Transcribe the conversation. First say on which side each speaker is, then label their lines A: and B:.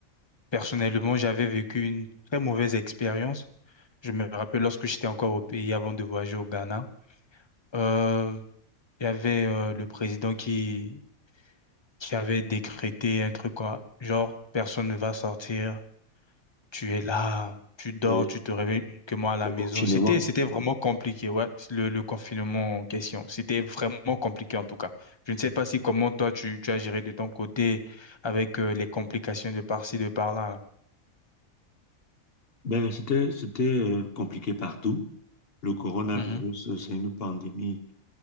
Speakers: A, on the left; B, on the left.
A: personnellement, j'avais vécu une très mauvaise expérience. Je me rappelle lorsque j'étais encore au pays avant de voyager au Ghana. Euh, il y avait euh, le président qui, qui avait décrété un truc quoi, genre personne ne va sortir, tu es là, tu dors,
B: Oui,
A: tu te réveilles uniquement à la
B: le
A: maison.
B: confinement.
A: C'était c'était vraiment compliqué, ouais, le, le confinement en question. C'était vraiment compliqué en tout cas. Je ne sais pas si comment toi tu, tu as géré de ton côté avec euh, les complications de par-ci, de par-là.
B: Ben, c'était, c'était euh, compliqué partout. Le coronavirus,
A: Mhm,
B: euh, c'est une pandémie